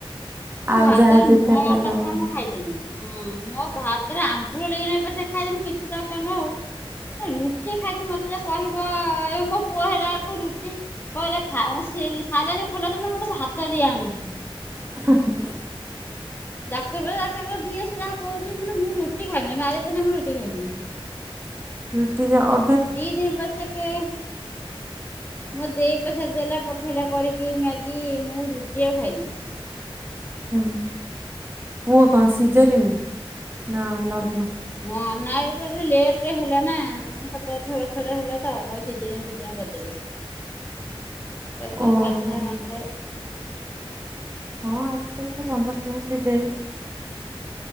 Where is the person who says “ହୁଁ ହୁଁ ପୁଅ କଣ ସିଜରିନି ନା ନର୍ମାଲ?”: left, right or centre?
Right